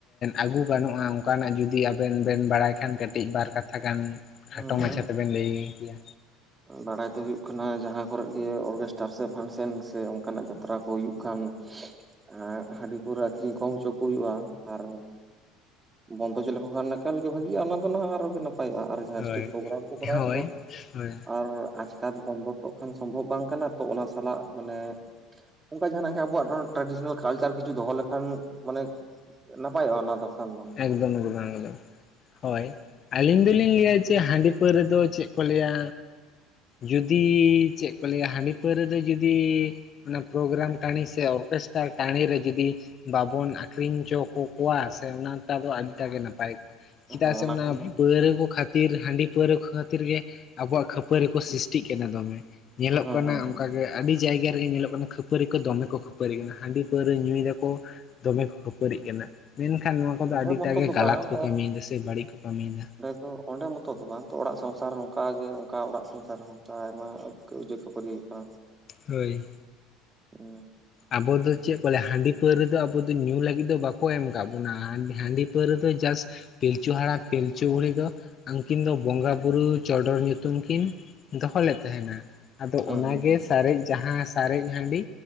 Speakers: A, on the left; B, on the right.
A: ᱟᱹᱜᱩ ᱜᱟᱱᱚᱜᱼᱟ ᱚᱱᱠᱟᱱᱟᱜ ᱡᱩᱫᱤ ᱟᱵᱮᱱ ᱵᱮᱱ ᱵᱟᱲᱟᱭ ᱠᱷᱟᱱ ᱠᱟᱹᱴᱤᱡ ᱵᱟᱨ ᱠᱟᱛᱷᱟ ᱜᱟᱱ
B: ᱦᱩᱸ
A: ᱠᱷᱟᱴᱚ ᱢᱟᱪᱷᱟ ᱛᱮᱵᱮᱱ ᱞᱟᱹᱭ ᱠᱮᱭᱟ
B: ᱵᱟᱲᱟᱭ ᱫᱚ ᱦᱩᱭᱩᱜ ᱠᱟᱱᱟ ᱡᱟᱦᱟᱸ ᱠᱚᱨᱮᱫ ᱜᱮ ᱚᱨᱠᱮᱥᱴᱟᱨ ᱥᱮ ᱯᱷᱟᱱᱥᱮᱱ ᱥᱮ ᱚᱱᱠᱟᱱᱟᱜ ᱡᱟ ᱛᱨᱟ ᱠᱚ ᱦᱩᱭᱩᱜ ᱠᱷᱟᱱ ᱮ ᱦᱟᱺᱰᱤ ᱯᱟᱹᱣᱨᱟᱹ ᱟᱹᱠᱷᱨᱤᱧ ᱠᱚ ᱦᱚᱪᱚ ᱠᱚ ᱦᱩᱭᱩᱜᱼᱟ ᱟᱨ ᱵᱚᱱᱫᱚ ᱦᱚᱪᱚ ᱞᱮᱠᱚ ᱠᱷᱟᱱ ᱮᱠᱟᱞ ᱜᱮ ᱵᱷᱟᱜᱤᱼᱟ ᱚᱱᱟ ᱫᱚ ᱱᱟᱦᱟᱜ ᱟᱨᱚ ᱜᱮ ᱱᱟᱯᱟᱭᱚᱜᱼᱟ ᱟᱨ ᱡᱟᱸᱦᱟ
A: ᱦᱳᱭ
B: ᱥᱴᱮᱡᱽ ᱯᱨᱳᱜᱨᱟᱢ ᱠᱚ ᱠᱚᱨᱟᱣᱮᱫ
A: ᱦᱳᱭ
B: ᱫᱚ
A: ᱦᱳᱭ
B: ᱟᱨ ᱟᱪᱠᱟ ᱫᱚ ᱵᱚᱱᱫᱚ ᱛᱚ ᱠᱷᱟᱱ ᱥᱚᱢᱵᱷᱚᱵ ᱵᱟᱝ ᱠᱟᱱᱟ ᱛᱚ ᱚᱱᱟ ᱥᱟᱞᱟᱜ ᱢᱟᱱᱮ ᱚᱱᱠᱟ ᱡᱟᱦᱟᱱᱟᱜ ᱜᱮ ᱟᱵᱚᱣᱟᱜ ᱴᱨᱟᱰᱤᱥᱚᱱᱟᱞ ᱠᱟᱞᱪᱟᱨ ᱠᱤᱪᱷᱩ ᱫᱚᱦᱚ ᱞᱮᱠᱷᱟᱱ ᱢᱟᱱᱮ ᱱᱟᱯᱟᱭᱚᱜᱼᱟ ᱚᱱᱟ ᱫᱚ ᱠᱷᱟᱱ ᱫᱚ
A: ᱮᱠᱫᱚᱢ ᱮᱠᱫᱚᱢ ᱮᱠᱫᱚᱢ ᱦᱳᱭ ᱟᱹᱞᱤᱧ ᱫᱚᱞᱤᱧ ᱞᱟᱹᱭᱟ ᱡᱮ ᱦᱟᱺᱰᱤ ᱯᱟᱹᱣᱨᱟᱹ ᱫᱚ ᱪᱮᱫ ᱠᱚ ᱞᱟᱹᱭᱟ ᱡᱩᱫᱤ ᱪᱮᱫ ᱠᱚ ᱞᱟᱹᱭᱟ ᱦᱟᱺᱰᱤ ᱯᱟᱹᱣᱨᱟᱹ ᱫᱚ ᱡᱩᱫᱤ ᱚᱱᱟ ᱯᱨᱳᱜᱨᱟᱢ ᱴᱟᱺᱰᱤ ᱥᱮ ᱚᱨᱠᱮᱥᱴᱟᱨ ᱴᱟᱺᱰᱤ ᱨᱮ ᱡᱩᱫᱤ ᱵᱟᱵᱚᱱ ᱟᱠᱷᱨᱤᱧ ᱦᱟᱪᱚ ᱠᱚ ᱠᱚᱠᱚᱣᱟ ᱥᱮ ᱚᱱᱟ ᱴᱟᱜ ᱫᱚ ᱟᱹᱰᱤᱴᱟᱜ ᱜᱮ ᱱᱟᱯᱟᱭ ᱠᱚᱜᱼᱟ ᱪᱮᱫᱟᱜ
B: ᱦᱮᱸ
A: ᱥᱮ ᱚᱱᱟ
B: ᱠᱷᱟᱱ ᱫᱚ
A: ᱯᱟᱹᱣᱨᱟᱹ ᱠᱚ ᱠᱷᱟᱹᱛᱤᱨ ᱦᱟᱺᱰᱤ ᱯᱟᱹᱣᱨᱟᱹ ᱠᱚ ᱠᱷᱟᱹᱛᱤᱨ ᱜᱮ ᱟᱵᱚᱣᱟᱜ ᱠᱷᱟᱹᱯᱟᱹ ᱯᱟᱹᱨᱤ ᱠᱚ ᱥᱨᱤᱥᱴᱤᱜ ᱠᱟᱱᱟ ᱫᱚᱢᱮ ᱧᱮᱞᱚᱜ
B: ᱦᱮᱸ
A: ᱠᱟᱱᱟ
B: ᱦᱮᱸ ᱦᱮᱸ
A: ᱚᱱᱠᱟ ᱜᱮ ᱟᱹᱰᱤ ᱡᱟᱭᱜᱟ ᱨᱮᱜᱮ ᱧᱮᱞᱚᱜ ᱠᱟᱱᱟ ᱠᱷᱟᱹᱯᱟᱹᱨᱤ ᱠᱚ ᱫᱚᱢᱮ ᱠᱚ ᱠᱷᱟᱹᱯᱟᱹᱨᱤᱜ ᱠᱟᱱᱟ ᱦᱟᱺᱰᱤ ᱯᱟᱹᱣᱨᱟᱹ ᱧᱩᱭ ᱫᱟᱠᱚ ᱫᱚᱢᱮ ᱠᱚ ᱠᱷᱟᱹᱯᱟᱹᱨᱤᱜ ᱠᱟᱱᱟ ᱢᱮᱱᱠᱷᱟᱱ ᱱᱚᱣᱟ ᱠᱚᱫᱚ
B: ᱚᱸᱰᱮ
A: ᱟᱹᱰᱤᱴᱟᱜ
B: ᱢᱚᱛᱚ
A: ᱜᱮ
B: ᱫᱚ
A: ᱜᱟᱞᱟᱛ
B: ᱵᱟᱝ
A: ᱠᱚ ᱠᱟᱹᱢᱤᱭᱮᱫᱟ ᱥᱮ ᱵᱟᱹᱲᱤᱡ ᱠᱚ ᱠᱟᱹᱢᱤᱭᱮᱫᱟ
B: ᱟᱫᱚ ᱚᱸᱰᱮ ᱢᱚᱛᱚ ᱫᱚ ᱵᱟᱝ ᱛᱚ ᱚᱲᱟᱜ ᱥᱚᱝᱥᱟᱨ ᱨᱮ ᱦᱚᱸ ᱚᱝᱠᱟ ᱜᱮ ᱚᱝᱠᱟ ᱚᱲᱟᱜ ᱥᱚᱝᱥᱟᱨ ᱨᱮ ᱚᱝᱠᱟ ᱟᱭᱢᱟ ᱠᱟᱹᱣᱡᱟᱹ ᱠᱷᱟᱹᱯᱟᱹᱨᱤ ᱦᱩᱭᱩᱜ ᱠᱟᱱᱟ <inaudible>
A: ᱦᱳᱭ
B: ᱩᱸ
A: ᱟᱵᱚ ᱫᱚ ᱪᱮᱫ ᱵᱚᱞᱮ ᱦᱟᱺᱰᱤ ᱯᱟᱹᱣᱨᱟᱹ ᱫᱚ ᱟᱵᱚ ᱧᱩ ᱞᱟᱹᱜᱤᱫ ᱫᱚ ᱵᱟᱠᱚ ᱮᱢ ᱠᱟᱫ ᱵᱚᱱᱟ ᱦᱟᱺᱰᱤ ᱯᱟᱹᱣᱨᱟᱹ ᱫᱚ ᱡᱟᱥᱴ ᱯᱤᱞᱪᱩ ᱦᱟᱲᱟᱢ ᱯᱤᱞᱪᱩ ᱵᱩᱲᱦᱤ ᱫᱚ ᱩᱱᱠᱤᱱ ᱫᱚ ᱵᱚᱸᱜᱟᱼᱵᱩᱨᱩ ᱪᱚᱰᱚᱨ ᱧᱩᱛᱩᱢ ᱠᱤᱱ ᱫᱚᱦᱚ ᱞᱮᱫ ᱛᱟᱦᱮᱱᱟ ᱟᱫᱚ
B: ᱦᱩᱸ
A: ᱚᱱᱟᱜᱮ
B: ᱦᱩᱸ
A: ᱥᱟᱨᱮᱡ ᱡᱟᱦᱟᱸ ᱥᱟᱨᱮᱡ ᱦᱟᱺᱰᱤ